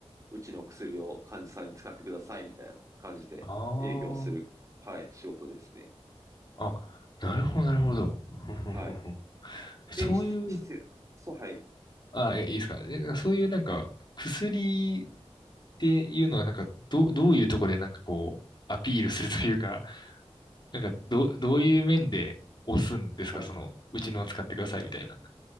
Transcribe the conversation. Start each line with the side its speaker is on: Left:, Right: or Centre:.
Right: うちの薬を患者さんに使ってくださいみたいな感じで営業する、
Left: あ
Right: はい、仕事ですね。
Left: あ、あ、なるほど、なるほど。ふんふんふんふん
Right: はい。
Left: そういう、
Right: で、し必要、そう、はい、
Left: あ、え、いいですか。え、なんかそういうなんか、薬っていうのはなんか、ど、どういうところでなんかこう、アピールするというか、なんか、ど、どういう面で押すんですかその、
Right: はい。
Left: うちのを使ってくださいみたいな。